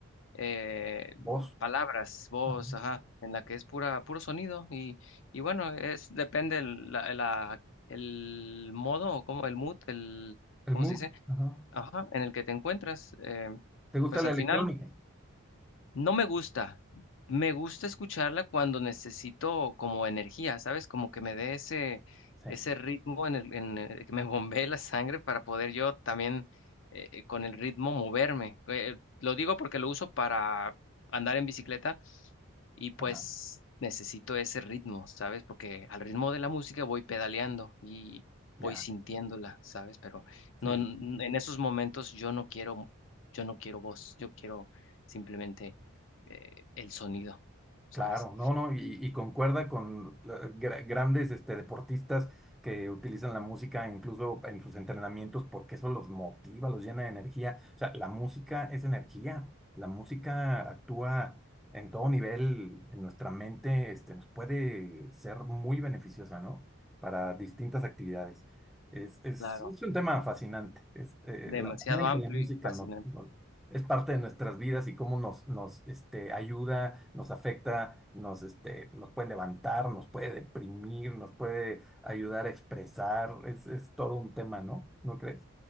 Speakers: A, on the left; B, in the centre.
A: eh,
B: Voz,
A: palabras, voz,
B: ajá,
A: ajá, en la que es pura, puro sonido. Y, y bueno, es depende el, la, la- el modo, como el mood, el,
B: el
A: ¿cómo
B: mood,
A: se dice?
B: ajá.
A: ajá, en el que te encuentras, eh,
B: ¿Te gusta
A: pues
B: la
A: al
B: electrónica?
A: final no me gusta. Me gusta escucharla cuando necesito como energía, ¿sabes? Como que me dé ese,
B: Sí,
A: ese ritmo en el, en el que me <laughs> bombee la sangre para poder yo también eh, con el ritmo moverme. Eh, lo digo porque lo uso para andar en bicicleta y pues
B: ajá,
A: necesito ese ritmo, ¿sabes? Porque al ritmo de la música voy pedaleando y voy
B: ya.
A: sintiéndola, ¿sabes? Pero no
B: Sí, sí,
A: en
B: sí.
A: en esos momentos yo no quiero yo no quiero voz, yo quiero simplemente eh, el sonido, ¿sabes?
B: Claro, no, no, y, y concuerda con la- gra- grandes este, deportistas que utilizan la música incluso en sus entrenamientos porque eso los motiva, los llena de energía. O sea, la música es energía, la música actúa en todo nivel en nuestra mente, este, nos puede ser muy beneficiosa, ¿no? Para distintas actividades. Es, es,
A: Claro,
B: es un tema fascinante, este,
A: demasiado
B: la manera
A: amplio
B: en que la música
A: y fascinante.
B: nos, nos es parte de nuestras vidas y cómo nos, nos este, ayuda, nos afecta, nos, este, nos puede levantar, nos puede deprimir, nos puede ayudar a expresar. Es, es todo un tema, ¿no? ¿No crees?